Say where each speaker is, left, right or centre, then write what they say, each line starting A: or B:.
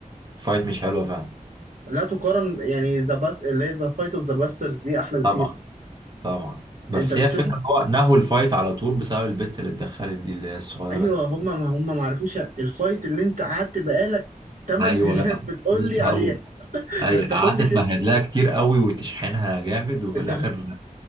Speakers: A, on the right (about 30°); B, on the right (about 65°).
A: فايت مش حلوه فعلا
B: لا تقارن يعني ذا باس اللي هي ذا فايت اوف ذا باسترز دي احلى بكتير
A: طبعا طبعا بس
B: انت بتشوف
A: هي فكره هو نهوا الفايت على طول بسبب البت اللي اتدخلت دي اللي هي الصغيره
B: ايوه
A: دي
B: هم ما هم ما عرفوش الفايت اللي انت قعدت بقالك 8
A: ايوه
B: <laughs> سيزونات
A: جدع
B: بتقول
A: لسه
B: لي عليها
A: هقول ايوه
B: ده انت
A: قعدت
B: كل
A: تمهد
B: كده
A: لها كتير قوي وتشحنها جامد وفي
B: انت
A: الاخر